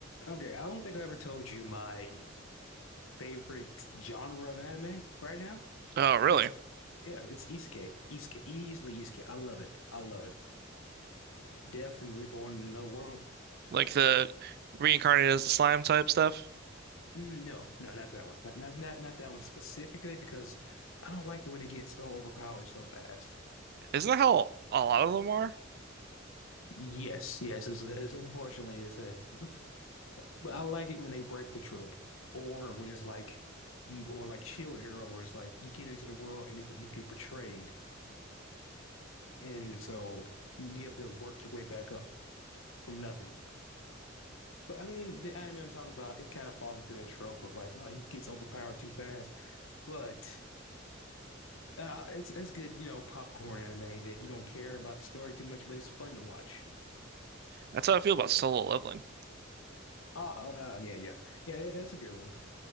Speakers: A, on the left; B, on the right.
A: Okay, I don't think I ever told you my favorite genre of anime right now.
B: Oh, really?
A: It's yeah, it's isekai. Isekai, easily isekai. I love it. I love it. Death and Reborn in Another World.
B: Like the reincarnated as the slime type stuff?
A: Mm, No, no, not that one. Not, not not not that one specifically because I don't like it when it gets so overpowered so fast.
B: Isn't that how a lot of them are?
A: Yes, yes, it's, it's unfortunately it's it. <laughs> But I like it when they break the trope or when it's like you or like Shield Hero where it's like you get into the world and they, you get betrayed And so you have to work your way back up from nothing. But I mean, the anime I'm talking about, it kind of falls into that trope of like, oh, he gets overpowered too fast. But uh, it's it's good, you know, popcorn anime that you don't care about the story too much, but it's fun to watch.
B: That's how I feel about solo leveling.
A: Oh, uh, yeah, yeah, yeah. that- That's a good one.